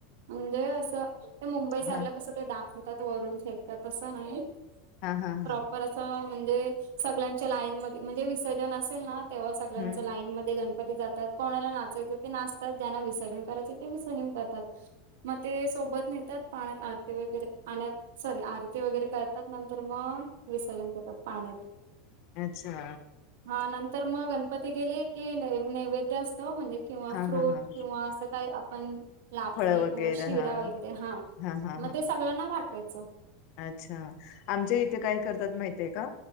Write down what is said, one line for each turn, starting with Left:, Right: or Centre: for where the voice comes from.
Right: म्हणजे अस ते मुंबईसा
Left: हा
Right: ते कसं दाखवतात वरून फेकतात तसं नाही
Left: हा हा
Right: प्रॉपर
Left: हा
Right: असं च म्हणजे सगळ्यांच्या लाईन मधे म्हणजे विसर्जन असेल ना तेव्हा सगळ्यांच
Left: हम्म
Right: लाईन मधे गणपती जातात कोणाला नाचायच ते नाचतात ज्यांना विसर्जन करायचे ते विसर्जन करतात. मग ते सोबत नेतात पाण्यात आरती वगैरे पाण्यात सॉरी आरती वगैरे करतात नंतर मग विसर्जन करतात पाण्यांत.
Left: अच्छा.
Right: हा नंतर मग गणपती गेले की नैवेद्य असतो म्हणजे किंवा
Left: हा
Right: फ्रूट
Left: हा हा
Right: किंवा असं काय आपण लापशी
Left: फळ
Right: किंवा
Left: वगैरे
Right: शिरा
Left: हा
Right: वगैरे हां.
Left: हा हा
Right: मग
Left: हा
Right: ते सगळ्यांना वाटायचं‌.
Left: अच्छा आमच्या इथे काय करतात माहिती हे कां.